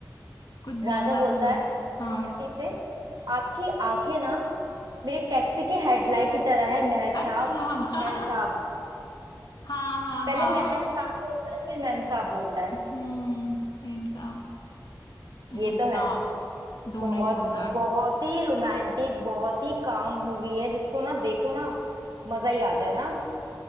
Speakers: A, on the left; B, on the right.
A: कुछ बोलता
B: राजा बोलता
A: तो है
B: है
A: हाँ
B: आरती से आपकी आंखें ना मेरी टैक्सी की हेडलाइट की तरह है मेहर साहब
A: अच्छा <laughs> हाँ
B: मैम साहब
A: हाँ
B: पहले
A: हाँ
B: महन साहब बोलता है फिर मैम साहब बोलता है
A: हम्म हेमसाब
B: ये
A: हेमसाब
B: तो है
A: दोनों
B: बहुत
A: ही बोलता है
B: बहुत ही रोमांटिक बहुत ही काम मूवी है जिसको ना देखो ना मजा ही आ जाए ना